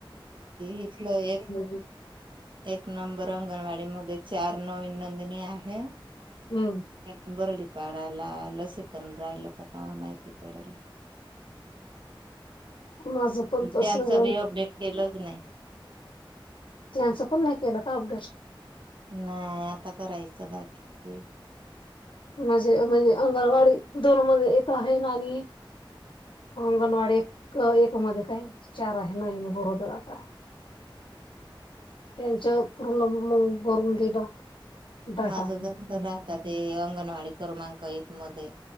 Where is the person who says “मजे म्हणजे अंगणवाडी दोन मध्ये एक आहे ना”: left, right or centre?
Left